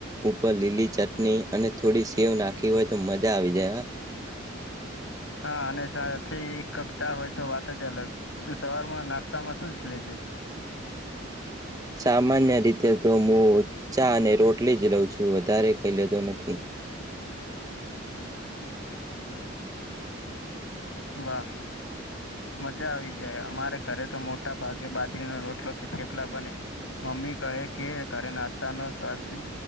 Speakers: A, on the right; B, on the left.
A: ઉપર લીલી ચટણી અને થોડી સેવ નાખી હોય તો મજા આવી જાય હ
B: હા અને સાથે એક કપ ચા હોય તો વાત જ અલગ તું સવારમાં નાસ્તામાં શું જ લે છે
A: સામાન્ય રીતે તો હું ચા અને રોટલી જ લઉં છું વધારે કહી લેતો નથી
B: વાહ મજા આવી જાય અમારે ઘરે તો મોટા ભાગે બાજરીનો રોટલો કે થેપ ઉપલા બને મમ્મી કહે કે ઘરે નાસ્તાનો સ્વાસ્થ્ય